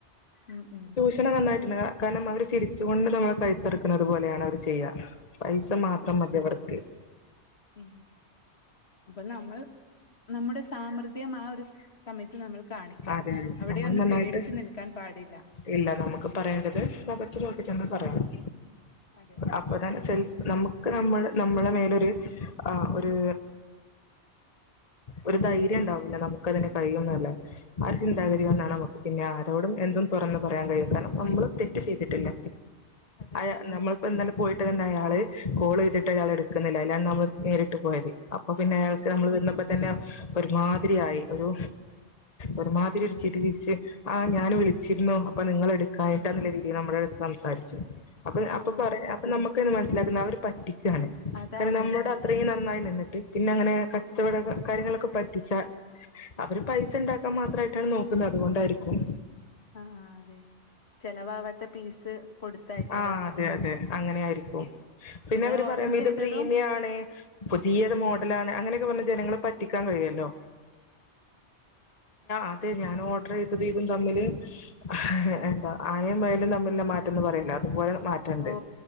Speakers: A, on the left (about 65°); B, on the left (about 35°).
A: മ്ഹ് മ്മ്ഹ്..
B: ഇത്ര നന്നായിട്ട് ണ്ട് കാരണം അവര് ചിരിച്ചു കൊണ്ട് നമ്മളെ കൈത്തറ ക്ക്ണത് പോലെയാണ് അവര് ചെയ്യാ പൈസ മാത്രം മതിവർക്ക്..
A: മ്ഹ്. അപ്പൊ നമ്മൾ നമ്മുടെ സാമ്ര ദ്യം. ആഹ്. ഒരു സമയത്ത് നമ്മൾ കാണിക്കണം
B: അതെ അതെ
A: അവിടെയൊന്നും
B: നമ്മൾ നന്നായിട്ട്
A: പേടിച്ചു നിൽക്കാൻ പാടില്ല..
B: ഇല്ല നമുക്ക് പറയേണ്ടത് മുഖത് നോക്കിട്ട്ന്നെ പറയണം..
A: അതെ
B: അപ്പൊ തന്നെ സെൽഫ് നമുക്ക് നമ്മൾ നമ്മളെ മേലൊരു ഒരു ഒരു ധൈര്യം ഉണ്ടാവും. നമുക്ക്തിനു കഴിയുംല്ല ആര് ചിന്താഗതിന്നാണ് നമുക്ക് പിന്നെ ആരോടും എന്ത്തും- തുറന്ന് പറയാൻ കഴിയും കാരണം നമ്മള് തെറ്റ് ചെയ്തിട്ടില്ല
A: അതെ
B: അയ നമ്മൾ ഇപ്പൊ എന്താലും പോയിട്ട് തന്നെ അയാള് കോൾ ചെയ്തിട്ട് അയാൾ എടുക്കുന്നില്ല അല്ലാണ്ട് നമ്മൾ നേരിട്ട് പോയത്. അപ്പൊ പിന്നെ അയാൾക്ക്
A: ആഹ്
B: നമ്മൾ
A: ആഹ്
B: വന്നപ്പോ തന്നെ ഒരുപാട് ഒത്തിരിയായി ഒരു ഒരുമാതിരി ഒരു ചിരി ചിരിച്ച് ആഹ് ഞാൻ വിളിച്ചിരുന്നു അപ്പൊ നിങ്ങൾ എടുക്കാനായിട്ടാ നല്ല രീതിയിൽ നമ്മുടെ അടുത്ത് സംസാരിച്ചു- അപ്പൊ
A: ഓ
B: അപ്പൊ
A: ഓ
B: പറയാ അപ്പൊ നമ്മുക്കെ മനസ്സിലാക്കുന്ന അവര് പറ്റിക്കുകയാണ്
A: അതാണ്
B: കാരണം നമ്മളോട്
A: അതാണ്
B: അത്രയും നന്നായി നിന്നിട്ട് പിന്നെ അങ്ങനെ കച്ചവട കാര്യങ്ങളൊക്കെ പറ്റിച അവര് പൈസ ഉണ്ടാക്കാൻ മാത്രമായിട്ടാണ് നോക്കുന്നത് അതുകൊണ്ടായിരിക്കും.
A: ആഹ് അതെ ചെലവവാത്ത പീസ് കൊടുത്തയച്ചതാകും.
B: ആഹ് അതെ അതെ അങ്ങനെ ആയിരിക്കും പിന്നെ
A: നിങ്ങൾ
B: അവര്
A: ഓർഡർ
B: പറയും ഇത്
A: ചെയ്തതും
B: പ്രീമിയാണ് പുതിയത് മോഡലാണ് അങ്ങനെയൊക്കെ പറഞ്ഞ് ജനങ്ങളെ പറ്റിക്കാൻ കഴിയുമല്ലോ? അതെ ഞാൻ ഓർഡർ ചെയ്തത് ഇതും തമ്മില് ഹാ എന്താ ആനയും മുയലും തമ്മിൽ മാറ്റന്ന് പറയലോ അതുപോലെ മറ്റ രണ്ട്
A: ഓ